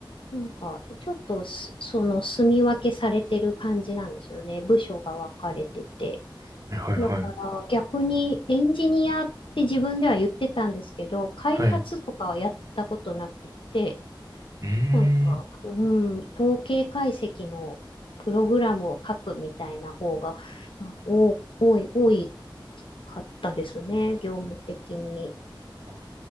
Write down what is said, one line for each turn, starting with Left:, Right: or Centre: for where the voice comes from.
Left: なんか、ちょっとす、その、住み分けされてる感じなんですよね。部署が分かれてて。
Right: はい、はい、
Left: だから、
Right: はい。
Left: 逆にエンジニアって自分では言ってたんですけど、開発とかはやったことなくて、
Right: はい。うーん。
Left: なんか、うん、統計解析のプログラムを書くみたいな方が、うんお、多い、多いかったですね。業務的に。
Right: あ